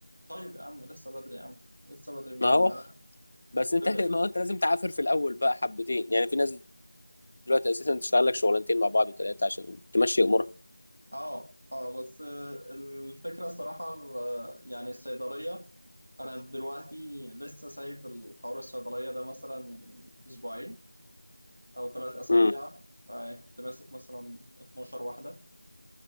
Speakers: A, on the right; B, on the left.
A: طيب يا عم لسه بدري يا عم لسه بدري ما
B: ما هو
A: ما
B: بس انت
A: اه
B: <laughs> ما هو انت لازم تعافر في الاول بقى حبتين يعني في ناس دلوقتي اساسا تشتغل لك شغلانتين مع بعض وثلاثة عشان تمشي امورها
A: اه آه، بس آه، الفكرة الصراحة آه، يعني الصيدلية انا دلوقتي لسه سايب الحوار الصيدلية ده مثلا من اسبوعين او ثلاث اسابيع
B: امم
A: آه، كنت ماسك مثلا 12 واحدة